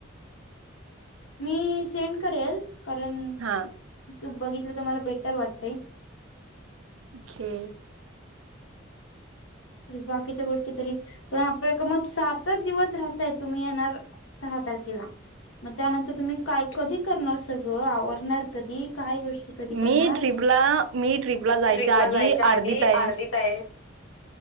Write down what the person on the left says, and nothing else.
मी सेंड करेल कारण
तू बघितलं तर मला बेटर वाटतय.
बाकीच्या गोष्टी तरी पण आपल्या क मज सातच दिवस राहताय तुम्ही येणार. सहा तारखेला, मग त्यानंतर तुम्ही काय कधी करणार सगळं आवरणार कधी काय गोष्ट, कधी करणार
ट्रिपला
जायच्या आधी
अर्धीत तया